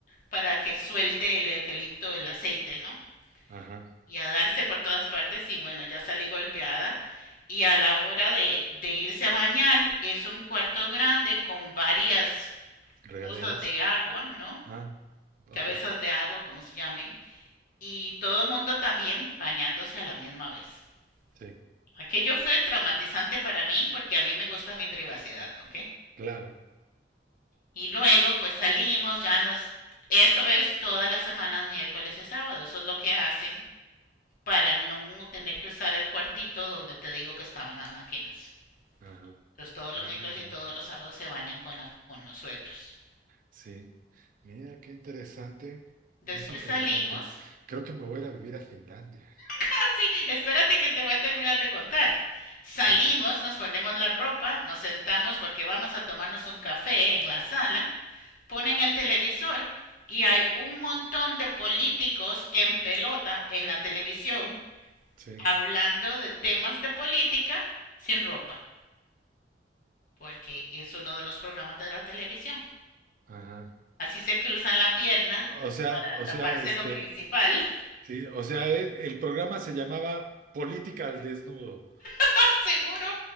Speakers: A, on the left (about 50°); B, on the right (about 50°).
A: para que suelte el eucalipto el aceite, ¿no?
B: ajá.
A: Y a darse por todas partes y bueno, ya salí golpeada. Y a la hora de, de irse a bañar es un cuarto grande con varias
B: Regaderas.
A: cosas de agua, ¿no?
B: Ah, ok,
A: Cabezas de agua, como se llamen. Y todo mundo también bañándose a la misma vez.
B: sí.
A: Aquello fue traumatizante para mí porque a mí me gusta mi privacidad, ¿ok?
B: Claro.
A: Y luego pues salimos, ya nos... Eso es todas las semanas, miércoles y sábado. Eso es lo que hacen para no tener que usar el cuartito donde te digo que estaban las máquinas.
B: Ajá.
A: Entonces todos
B: Ah,
A: los miércoles
B: mira.
A: y todos los sábados se bañan con, la, con los suegros.
B: Sí. Mira, qué interesante.
A: Después
B: Es interesante.
A: salimos. <laughs>
B: Creo que me voy a ir a vivir a Finlandia.
A: Ah, sí, espérate que te voy a terminar de contar. Salimos,
B: Sí,
A: nos ponemos la ropa, nos sentamos porque vamos a tomarnos un café en la sala, ponen el televisor y hay un montón de políticos en pelota en la televisión
B: sí.
A: hablando de temas de política sin ropa. porque es uno de los programas de la televisión.
B: Ajá.
A: Así se cruzan la pierna
B: O sea,
A: para
B: o
A: taparse
B: sea, este,
A: lo principal.
B: sí, o sea, e- el programa se llamaba Política al Desnudo.
A: <laughs> Seguro,